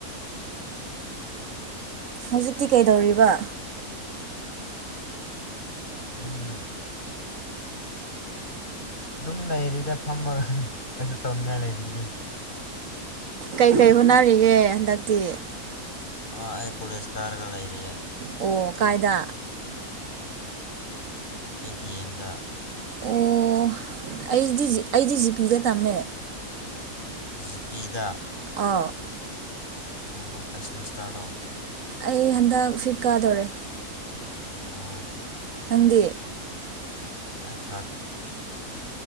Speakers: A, on the right; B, on the left.
A: ꯍꯧꯖꯤꯛꯇꯤ ꯀꯩꯗꯧꯔꯤꯕ
B: ꯑꯗꯨꯝ ꯑꯗꯨꯝ ꯂꯩꯔꯤꯗ ꯐꯝꯃꯒ ꯀꯩꯁꯨ ꯇꯧꯅꯤꯡꯉꯥꯏ ꯂꯩꯔꯤꯕꯒꯤ
A: ꯀꯩꯀꯩ ꯍꯣꯠꯅꯔꯤꯒꯦ ꯍꯟꯗꯛꯇꯤ
B: ꯑ ꯑꯩ ꯀꯣꯂꯦꯁꯀꯔꯒ ꯂꯥꯏꯔꯤꯌꯦ
A: ꯑꯣ ꯀꯥꯏꯗ
B: ꯑꯩ ꯗꯤ ꯑꯦꯝꯗ
A: ꯑꯣ ꯑꯩꯗꯤ ꯑꯩꯗꯤ ꯖꯤꯄꯤꯗ ꯇꯝꯃꯦ
B: ꯖꯤꯄꯤꯗ
A: ꯑꯥ
B: ꯑꯣ ꯀꯦꯁꯃꯤꯁꯇꯔꯅꯣ
A: ꯑꯩ ꯍꯟꯗꯛ ꯐ꯭ꯂꯤꯞꯀꯥꯔꯠꯗꯧꯔꯦ
B: ꯑꯣ
A: ꯅꯪꯗꯤ
B: ꯑꯩ ꯊꯥꯔꯠ